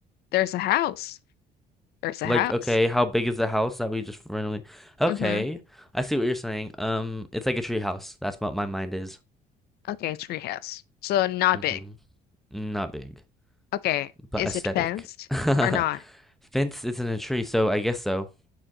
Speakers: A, on the left; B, in the centre.
A: There's a house. There's a
B: Like,
A: house.
B: okay, how big is the house that we just randomly? Okay,
A: Mm-hmm.
B: I see what you're saying. Um, it's like a tree house. That's what my mind is.
A: Okay, tree house. So not
B: Mm-hmm.
A: big.
B: Not big,
A: Okay.
B: but
A: Is
B: aesthetic.
A: it fenced
B: <laughs>
A: or not?
B: Fence isn't a tree, so I guess so.